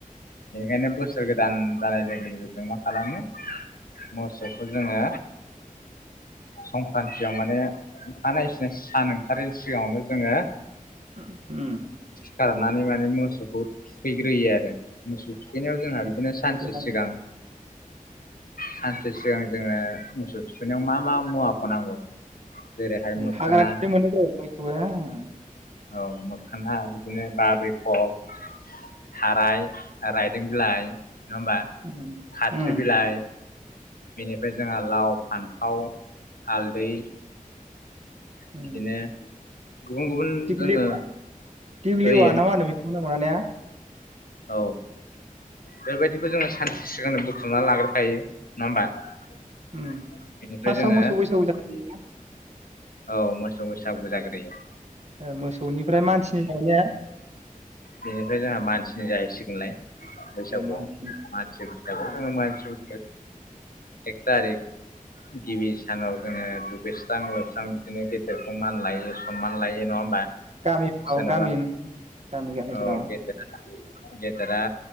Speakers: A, on the left (about 85°); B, on the right (about 50°).
A: बेनिखायनो बोसोर गोदान जानाय लोगो लोगो जों मा खालामो मोसौखौ जोङो संक्रान्तियाव माने खानाय सिना सानो ओंखारैनि सिगाङावनो जोङो
B: उम
A: सिखारनानै माने मोसौखौ थुखैग्रोयो आरो मोसौ थुखैनायाव जोंहा बिदिनो सानसे
B: औ उम
A: सिगां सानसे सिगां जोङो मोसौ थुखैनायाव मा मा मुवाखौ नांगौ जेरैहाय
B: उम
A: मोखोना
B: हाग्रानिफ्राय मोनो जाहैबाय <unintelligible>
A: औ मोखोना बिदिनो बाब्रिखब थाराय रायदों बिलाइ नङा होमबा
B: उम,
A: खाथ्रि
B: उम,
A: बिलाइ बेनिफ्राय जोंहा लाव फान्थाव हालदै
B: उम
A: बिदिनो गुबुन
B: उम
A: गुबुन
B: <unintelligible> दिग्लिआ
A: जोङो होयो
B: ना मा होनो बेखौनो नङा ने
A: औ बेबायदिखौ जोङो सानसे सिगां बुथुमनानै लाग्रो खायो नङा होमबा बेनिफ्राय
B: उम फार्स्टआव
A: जोङो
B: मोसौ बैसागु जायो
A: औ मोसौ बैसागु जाग्रोयो
B: ओ मोसौनिफ्राय मानसिनि थाखाय ने
A: बेनिफ्राय जोंहा मानसिनि जाहैसिगोनलाय बैसागुआव
B: मानसिनि
A: मानसि बैसागु
B: ओ
A: जोङो मानसि ओ एक तारिक गिबि सानाव जोङो दुगैस्रां लोब स्रां जोङो गेदेर सनमान लायो नङा होमबा
B: गामिफोराव
A: सोरनोबा
B: गामि गामि गामिफोराव
A: औ गेदेरा गेदेरा